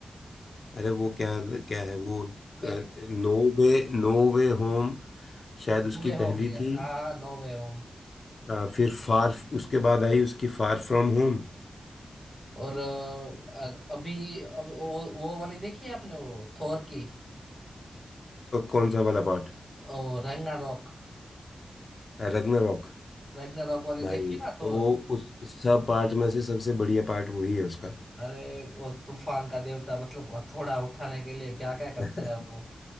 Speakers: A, on the left; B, in the centre.
A: अरे वो क्या क्या है वो
B: मेरी
A: no way no way home शायद उसकी
B: नो वे होम
A: पहली
B: है
A: थी
B: हाँ नो वे होम
A: अ, फिर फार उसके बाद आई उसकी फार फ्रॉम होम
B: और अ, अ, अभी अब वो वो वाली देखी है आपने वो थोर की
A: कौन सा वाला पार्ट
B: ओ रैग्नारोक
A: रग्नारॉक
B: रैग्नारोक वाली
A: भाई
B: देखी है ना थोर
A: वो उस सब पार्ट में से सबसे बढ़िया पार्ट वही है उसका
B: अरे वो तूफान का देवता मतलब हथौड़ा उठाने के लिए क्या क्या करता
A: <laughs>
B: है वो